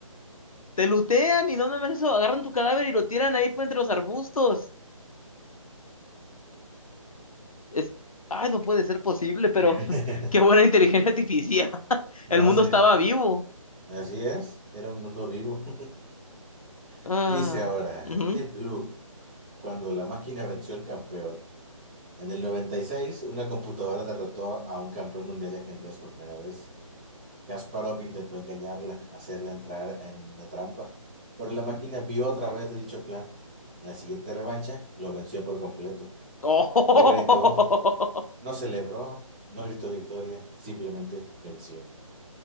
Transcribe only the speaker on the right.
<laughs>
No,
sí,
def-
así es, era un mundo vivo. <laughs>
Dice ahora,
Deep Blue, cuando la máquina venció al campeón. En el 96, una computadora derrotó a un campeón mundial de ajedrez por primera vez. Kasparov intentó engañarla, hacerla entrar en la trampa, pero la máquina vio otra vez de dicho plan. En la siguiente revancha, lo venció por completo.
No gritó, no celebró, no gritó victoria, simplemente venció.